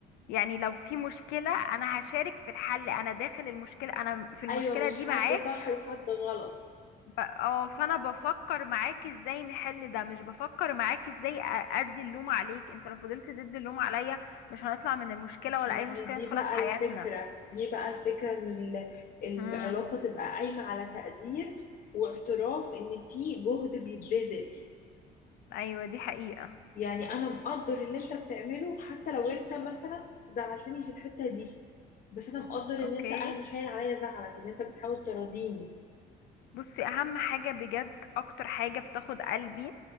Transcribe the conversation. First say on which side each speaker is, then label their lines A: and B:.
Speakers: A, on the left; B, on the left.
A: يعني لو في مشكلة أنا هشارك في الحل أنا داخل المشكلة أنا في المشكلة
B: أيوة مش
A: دي
B: حد
A: معاك
B: صح وحد غلط
A: ب- اه فانا بفكر معاك ازاي نحل ده مش بفكر معاك ازاي أ- ادي اللوم عليك انت لو فضلت تدي اللوم عليا مش هنطلع من المشكلة ولا
B: ما
A: اي مشكلة
B: هي دي
A: ندخلها
B: بقى
A: في حياتنا
B: الفكرة دي بقى الفكرة إن ال- العلاقة
A: امم
B: تبقى قايمة على تقدير واعتراف إن في جهد بيتبذل
A: ايوه دي حقيقة
B: يعني انا مقدر اللي انت بتعمله حتى لو انت مثلا زعلتني في الحتة دي بس انا مقدر
A: اوكي
B: ان انت انا مش هين عليا زعلك وان انت بتحاول تراضيني
A: بصي اهم حاجة بجد اكتر حاجة بتاخد قلبي